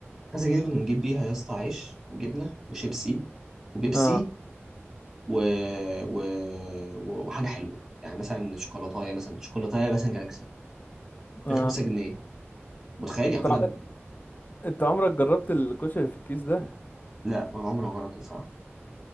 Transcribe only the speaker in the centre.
5 جنيه دي كنا بنجيب بيها يا اسطى عيش وجبنه وشيبسي وبيبسي
و... و... و- وحاجه حلوه يعني مثلا شوكولاتايه مثلا شوكولاتايه مثلا جالاكسي
ب 5 جنيه متخيل يعني
كنا
لا ما عمري ما جربته بصراحه